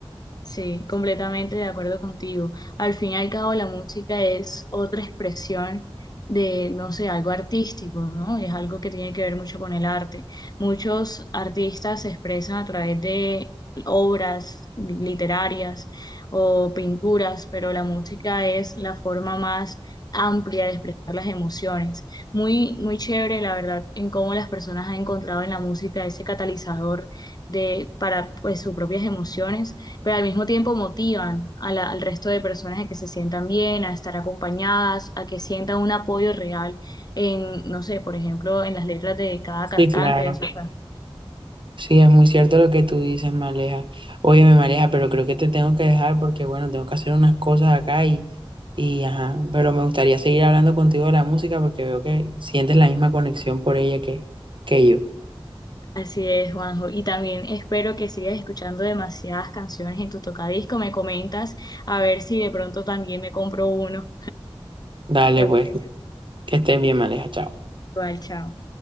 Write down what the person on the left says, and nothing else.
Sí, completamente de acuerdo contigo. Al fin y al cabo, la música es otra expresión de, no sé, algo artístico, ¿no? Es algo que tiene que ver mucho con el arte. Muchos artistas se expresan a través de obras literarias o pinturas, pero la música es la forma más amplia de expresar las emociones. Muy, muy chévere, la verdad, en cómo las personas han encontrado en la música ese catalizador de, para, pues, sus propias emociones pero al mismo tiempo motivan a la- al resto de personas a que se sientan bien, a estar acompañadas, a que sientan un apoyo real en, no sé, por ejemplo, en las letras de cada
cantante,
de sus can-
Así es, Juanjo. Y también espero que sigas escuchando demasiadas canciones en tu tocadisco. Me comentas a ver si de pronto también me compro uno.
¿Te
parece?
Igual, chao.